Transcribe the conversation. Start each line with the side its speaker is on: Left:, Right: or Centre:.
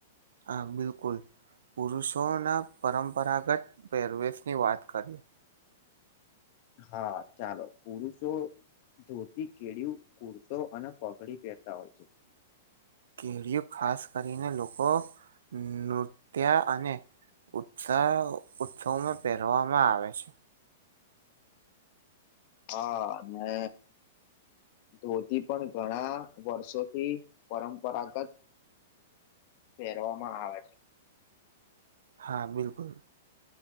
Right: હા બિલકુલ પુરુષોના પરંપરાગત પહેરવેશની વાત કરીએ?
Left: હા ચાલો પુરુષો ધોતી, કેડિયું, કુર્તો અને પાઘડી પહેરતા હોય છે.
Right: કેડિયું ખાસ કરીને લોકો નૃત્ય અને ઉત્સા ઉત્સવમાં પહેરવામાં આવે છે.
Left: હા અને ધોતી પણ ઘણા વર્ષોથી પરંપરાગત પહેરવામાં આવે છે.
Right: હા બિલકુલ